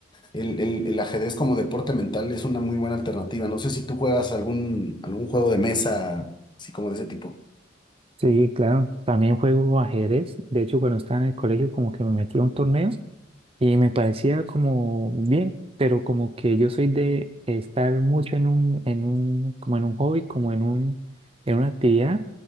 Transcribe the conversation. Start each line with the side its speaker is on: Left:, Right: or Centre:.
Left: el, el- el ajedrez como deporte mental es una muy buena alternativa. No sé si tú juegas algún, algún juego de mesa, así como de ese tipo.
Right: sí, claro. También juego ajedrez. De hecho, cuando estaba en el colegio como que me metí a un torneo Y me parecía como bien, pero como que yo soy de estar mucho en un, en un, como en un hobby, como en un, en una actividad,